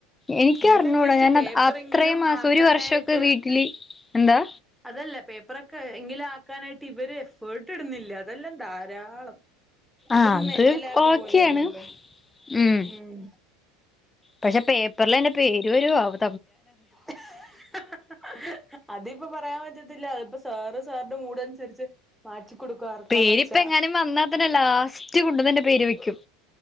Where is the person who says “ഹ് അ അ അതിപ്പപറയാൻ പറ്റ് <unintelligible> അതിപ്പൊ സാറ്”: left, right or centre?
Centre